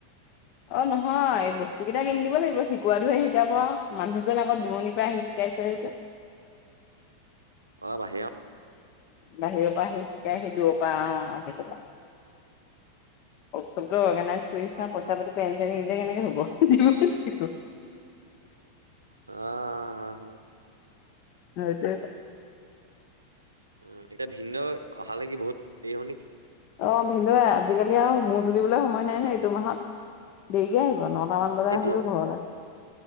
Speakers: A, on the left; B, on the right.
A: অ নহয় এই বস্তু কেইটা
B: অ
A: কিনি দিব লাগিব। কোৱাটো সে শিকাব মানুহজন আকৌ দূৰণিৰ পৰা আহি শিকাইছে আহি যে।
B: অঁ বাহিৰ-
A: বাহিৰৰ পৰা আহি শিকাই সেইটো। অ আহি তাৰ উৎসৱটো অৰ্গাইজ। চুইচনা
B: অ
A: কথা
B: অ অ
A: পাতি পনি চনি নিলে কেনেকে হব দিব।
B: অঁ অঁ হা হা।
A: হয়
B: উম এতিয়া ভিন্দৈ অহালে কি বহুত দেৰি হব নেকি।
A: অ ভিন্দুৱে আজিকালি আৰু মূৰ তুলিবলৈ সময় নাই নহয় এইটো মাহত দেৰিকে আহিব। নটামান বজাত
B: এইটো
A: আহিব ঘৰলে।